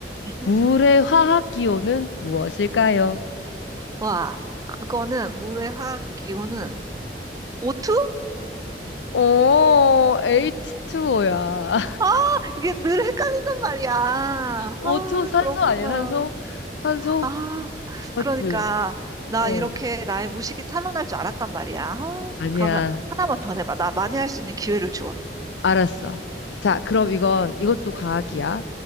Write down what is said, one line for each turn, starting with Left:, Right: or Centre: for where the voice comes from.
Right: 음,
Left: 물의 화학 기호는 무엇일까요?
Right: 와, 그거는 물의 화학 기호는 O2?
Left: 어, H2O야.
Right: 아, 이게 늘 헷갈린단 말이야.
Left: O2
Right: 아,
Left: <laughs> 산소
Right: 그렇구나.
Left: 아니야? 산소? 산소?
Right: 아,
Left: 맞지?
Right: 그러니까 나
Left: 어.
Right: 이렇게 나의 무식이 탄로날 줄 알았단 말이야. 아,
Left: 아니야.
Right: 그러면 하나만 더 내봐. 나 만회할 수 있는 기회를 줘.
Left: 알았어. 자, 그럼 이건, 이것도 과학이야.